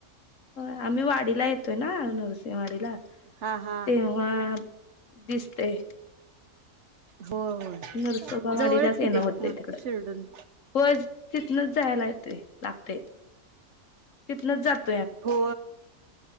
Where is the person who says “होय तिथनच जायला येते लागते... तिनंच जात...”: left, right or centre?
Left